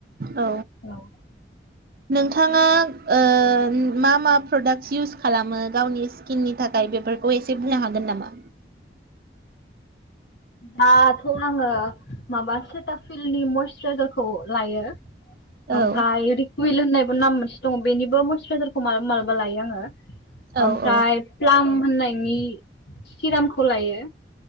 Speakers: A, on the right; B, on the left.
A: औ।
B: औ
A: नोंथाङा ओ मा- मा प्रडाक्टस इउस खालामो गावनि स्किननि थाखाय? नाथाय बेफोरखौ एसे बुंनो हागोन नामा?
B: दाथ' आङो माबा सेथा फिलनि मयसराइजार <unintelligible> लायो। ओमफ्राय
A: औ
B: कुइल होननायबो नाम मोनसे दङ बेनिबो मयसराइजारखौ मालाबा लायो आङो।
A: औ
B: ओमफ्राय
A: औ
B: प्लाम होननायनि सिरामखौ लायो।